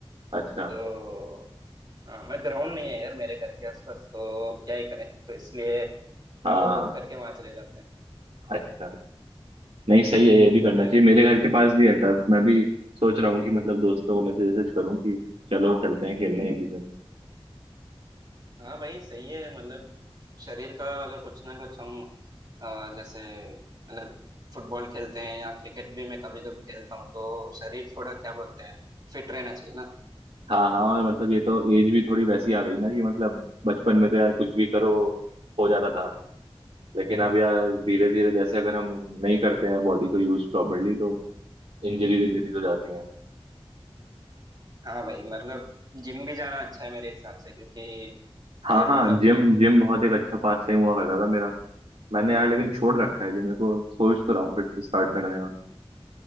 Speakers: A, on the right; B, on the right.
A: अच्छा
B: तो हाँ मैं ग्राउंड नहीं है यार मेरे घर के आसपास तो क्या ही करें तो इसलिए
A: हाँ
B: वो बुक करके वहां चले जाते हैं
A: अच्छा नहीं सही है ये भी करना
B: और
A: चाहिए मेरे घर के पास भी है टर्फ मैं भी सोच रहा हूँ कि मतलब दोस्तों को मैसेज वैसेज करूँ कि चलो चलते हैं खेलने एक दो दिन
B: हाँ भाई सही है मतलब शरीर का अगर कुछ ना कुछ हम अ, जैसे मतलब फुटबॉल खेलते हैं या क्रिकेट भी मैं कभी कभी खेलता हूँ तो शरीर थोड़ा क्या बोलते हैं फिट रहना चाहिए ना
A: हाँ हाँ और मतलब ये तो एज भी थोड़ी वैसी आ गई ना कि मतलब बचपन में तो यार कुछ भी करो हो जाता था लेकिन अब यार धीरे धीरे जैसे अगर हम नहीं करते हैं बॉडी को यूज प्रॉपरली तो इंजरीज इंजरीज हो जाती हैं
B: हाँ भाई मतलब जिम भी जाना अच्छा है मेरे हिसाब से क्योंकि
A: हाँ
B: फिर
A: हाँ
B: मतलब
A: जिम जिम बहुत एक अच्छा पास टाइम हुआ करता था मेरा मैंने यार लेकिन छोड़ रखा है जिम मेरे को सोच तो रहा हूँ फिर से स्टार्ट करने का